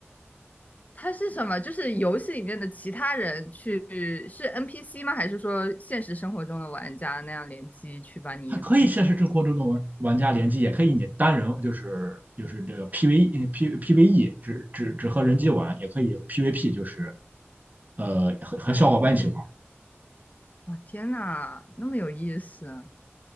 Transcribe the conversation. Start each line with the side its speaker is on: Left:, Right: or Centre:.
Left: 它是什么？就是游戏里面的其他人去是 NPC 吗？还是说现实生活中的玩家那样联机去把你银行抢？
Right: 它可以现实生活中的玩玩家联机，也可以你单人，就是就是这个 PVE P PVE 只只只和人机玩，也可以 PVP，就是呃和和小伙伴一起玩。
Left: 哦，哇，天呐，那么有意思啊！